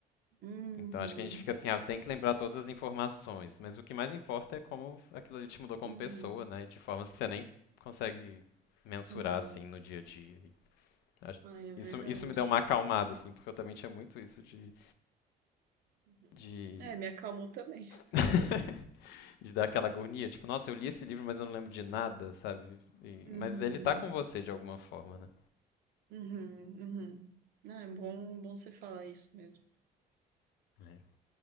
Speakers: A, on the right; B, on the left.
A: uhum,
B: Então acho que a gente fica assim, ah, tem que lembrar todas as informações, mas o que mais importa é como aquilo ali te mudou como
A: uhum.
B: pessoa, né? De formas que você nem consegue mensurar
A: Uhum.
B: assim no dia a dia. E acho-
A: Ai, é verdade.
B: Isso, isso me deu uma acalmada, assim, porque eu também tinha muito isso de,
A: Uhum.
B: de...
A: É, me acalmou também. <laughs>
B: <laughs> de dar aquela agonia, tipo, nossa, eu li esse livro, mas eu não lembro de nada, sabe? E-
A: Uhum.
B: mas ele tá com você de alguma forma, né?
A: Uhum. Uhum. Não, é bom, bom você falar isso mesmo.
B: É.